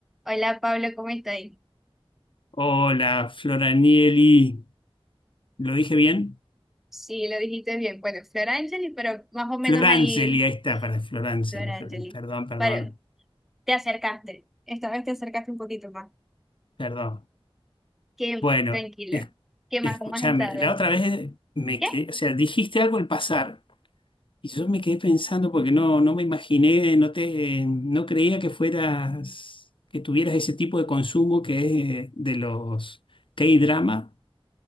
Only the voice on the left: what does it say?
Hola, Floranieli. ¿Lo dije bien?
Florangeli,
ahí está, para Florangeli.
Floran- Perdón, perdón,
perdón.
Bueno,
es-
escúchame,
la otra vez me
quedé, o sea, dijiste algo al pasar y yo me quedé pensando porque no, no me imaginé, no te, no creía que fueras, que tuvieras ese tipo de consumo que es eh, de los K-drama.